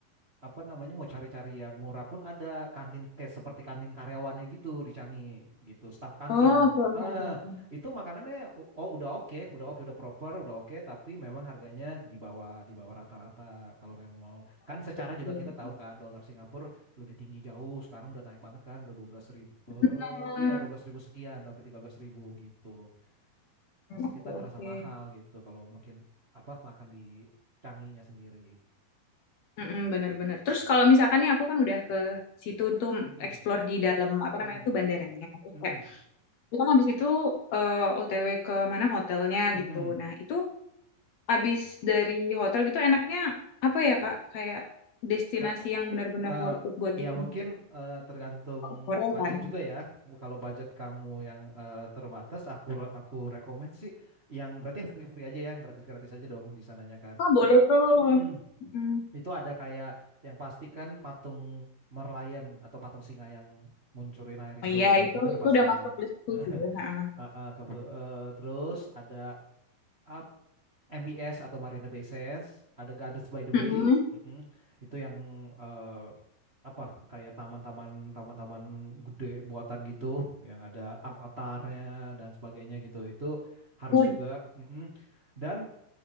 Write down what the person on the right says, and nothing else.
apa namanya mau cari-cari yang murah pun ada kantin kayak seperti kantin karyawannya gitu di Canggih gitu staf kantin
namanya
Ah,
itu makanannya u- oh udah oke udah oke udah proper udah oke tapi memang harganya di bawah di bawah rata-rata kalau memang mau kan secara
juga kita tahu kan dolar Singapura lebih tinggi jauh sekarang udah naik banget kan udah dua belas ribu eh,
iya dua belas ribu sekian udah hampir tiga belas ribu gitu masih
kita ngerasa
mahal gitu kalau mungkin apa makan di Canggihnya sendiri
Mm-mm,
mm-mm,
mm-mm.
Mm-mm.
Ka-
eh,
ya mungkin eh, tergantung
budget
juga ya. Kalau budget kamu yang eh, terbatas, aku aku rekomend sih yang berarti yang free-free aja ya, yang gratis-gratis aja dong di sananya kan.
Mm-mm.
Itu ada kayak yang pasti kan patung Merlion atau patung singa yang muncurin air itu,
itu udah
pasti.
<laughs>
Eh, eh, ke- eh, terus ada up MBS atau Marina Bay Sands, ada Gardens by the Bay,
mm-mm. Itu yang eh, apa kayak taman-taman taman-taman gede buatan gitu, yang ada avatarnya dan sebagainya gitu. Itu harus
juga, mm-mm. Dan